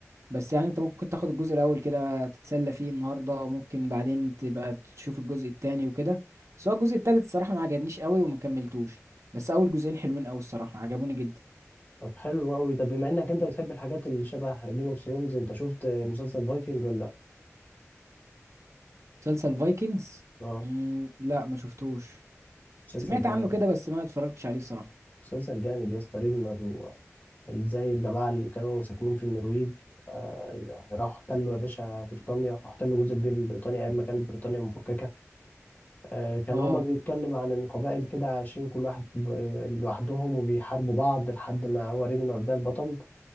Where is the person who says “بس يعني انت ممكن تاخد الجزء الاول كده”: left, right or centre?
Right